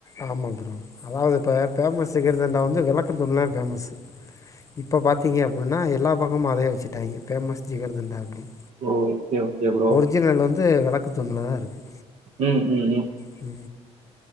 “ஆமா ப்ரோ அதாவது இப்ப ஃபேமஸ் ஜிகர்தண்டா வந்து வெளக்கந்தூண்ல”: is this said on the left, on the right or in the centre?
Left